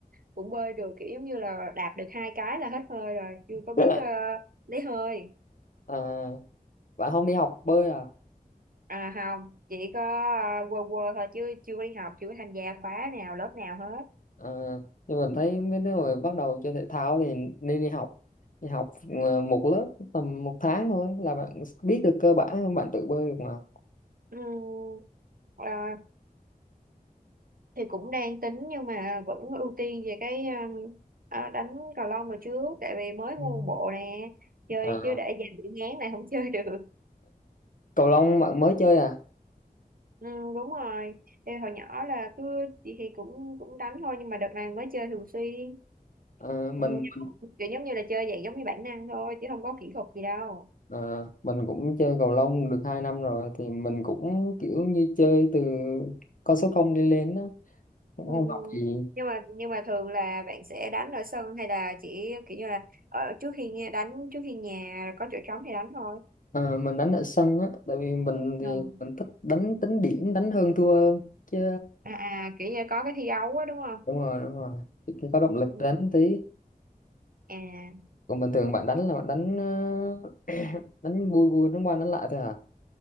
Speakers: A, on the right (about 65°); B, on the left (about 60°).
A: cũng bơi được kiểu giống như là đạp được hai cái là hết hơi rồi chưa có biết
B: Rất là-
A: ờ, lấy hơi
B: à, bạn không đi học bơi à
A: à không chỉ có uh, quơ quơ thôi chứ chưa có đi học chưa có tham gia khóa nào lớp nào hết
B: Ờ, nhưng mình thấy mấy đứa người bắt đầu chơi thể thao thì nên đi học đi học ờ, một lớp tầm một tháng thôi là bạn biết được cơ bản bạn tự bơi được mà
A: Ừm, ờ, thì cũng đang tính nhưng mà vẫn ưu tiên về cái um, ờ, đánh cầu lông rồi trước tại vì mới mua
B: Ừ.
A: bộ nè chơi
B: Ờ,
A: đi chứ để dành bị ngán này không <laughs> chơi được
B: cầu lông bạn mới chơi à
A: Ừ, đúng rồi Ê, hồi nhỏ là cứ chị thì cũng cũng đánh thôi nhưng mà đợt này mới chơi thường xuyên
B: Ờ, mình
A: ừ. kiểu giống như là chơi vậy giống như bản năng thôi chứ không có kỹ thuật gì đâu
B: Ờ, mình cũng chơi cầu lông được 2 năm rồi thì mình cũng kiểu như chơi từ con số không đi lên á cũng
A: ừ,
B: không
A: ừ.
B: học gì
A: nhưng mà nhưng mà thường là bạn sẽ đánh ở sân hay là chỉ kiểu như là ở trước khi nghe- đánh trước khi nhà có chỗ trống thì đánh thôi
B: Ờ, mình đánh ở sân á tại vì mình
A: ừ.
B: thì mình thích đánh tính điểm đánh hơn thua hơn chứ
A: à, à kiểu như có cái thi đấu á đúng không
B: đúng rồi đúng rồi Thì cái có động lực
A: ừ.
B: đánh tí
A: à
B: còn bình thường bạn đánh là bạn đánh ờ, đánh vui vui đánh qua đánh lại thôi à